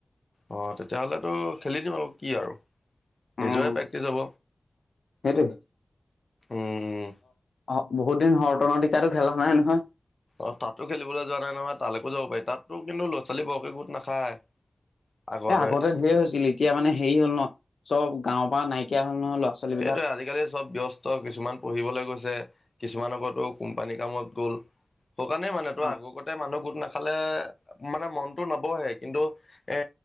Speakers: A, on the left (about 50°); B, on the left (about 85°).
A: অ তেতিয়াহ'লেতো খেলি দিম আৰু কি আৰু
B: অ',
A: নিজৰে প্ৰেক্টিচ হব
B: সেইটোৱে
A: উম উ
B: অ বহুত দিন হৰটন টিকাো খেলা নাই নহয়
A: অ তাতো খেলিবলৈ যোৱা নাই নহয় তালৈকো যাব পাৰি তাতো কিন্তু ল'ৰা ছোৱালী বৰকে গোট নাখায় আগৰ
B: এ
A: দৰে
B: আগতে ধঢেৰে হৈছিল এতিয়া মানে হেৰি হ'ল ন চব গাও প পৰা নাইকিয়া হ'ল নহয় ল'ৰা ছোৱালী
A: সেইটয়ে
B: বিলাক।
A: আজিকালি চব ব্য্স্ত কিছুমান পঢ়িবলৈ গৈছে কিছুমান আগত কোম্পানী কামত গ'ল স কাৰণে মানে তো
B: অ',
A: আগৰ কতে মানুহ গ নাখালে মানে মনতটো নবহে কিন্তু এ